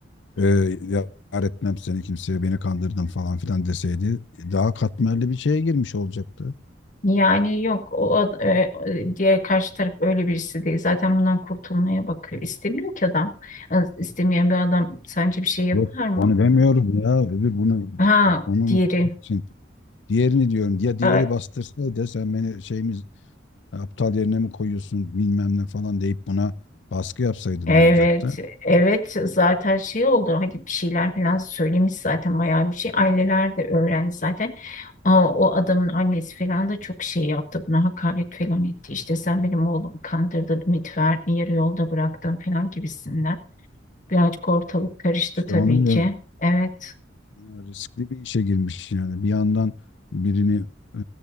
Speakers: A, on the left (about 70°); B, on the left (about 45°).
A: Ee, ya etmem seni kimseye beni kandırdın falan filan deseydi daha katmerli bir şeye girmiş olacaktı.
B: Yani yok o ad- e, e, diğer karşı taraf öyle birisi değil. Zaten bundan kurtulmaya bakıyor. İstemiyor ki adam. Az- İstemeyen bir adam sence bir şey yapar
A: Yok
B: mı?
A: onu demiyorum ya. Öbür bunu
B: Ha
A: onu unuttuğum
B: diğeri.
A: için. Diğerini diyorum. Ya diğeri
B: E,
A: bastırsaydı sen beni şeyimiz aptal yerine mi koyuyorsun bilmem ne falan deyip buna baskı yapsaydı
B: Evet,
A: ne olacaktı?
B: evet zaten şey oldu. Hani bir şeyler falan söylemiş zaten bayağı bir şey. Aileler de öğrendi zaten. Aa, O adamın annesi falan da çok şey yaptı. Buna hakaret falan etti. İşte sen benim oğlumu kandırdın, ümit verdin, yarı yolda bıraktın falan gibisinden. Birazcık ortalık karıştı
A: İşte
B: tabii
A: onu
B: ki.
A: da
B: Evet,
A: Yani Riskli bir işe girmiş yani. Bir yandan birini e,